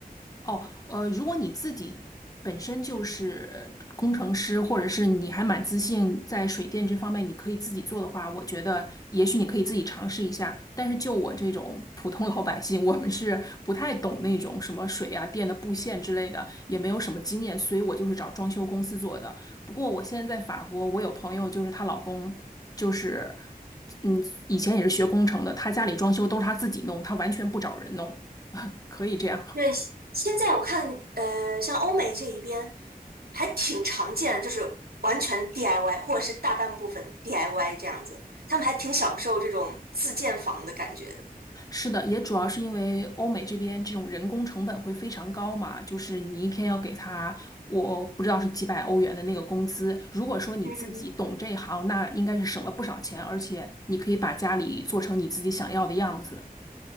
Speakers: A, on the left; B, on the right.
A: 哦，呃，如果你自己本身就是工程师，或者是你还蛮自信在水电这方面，你可以自己做的话，我觉得也许你可以自己尝试一下。但是就我这种普通老百姓，我们是不太懂那种什么水啊、电的布线之类的，也没有什么经验，所以我就是找装修公司做的。不过我现在在法国，我有朋友就是她老公就是。嗯，以前也是学工程的，她家里装修都是她自己弄，她完全不找人弄，可以这样。
B: 对，现在我看呃像欧美这一边还挺常见的就是完全 DIY 或者是大半部分 DIY 这样子，他们还挺享受这种自建房的感觉的。
A: 是的，也主要是因为欧美这边这种人工成本会非常高嘛，就是你一天要给他，我不知道是几百欧元的那个工资。如果说你自己懂这一行，
B: 嗯
A: 那应该是省了不少钱，而且你可以把家里做成你自己想要的样子。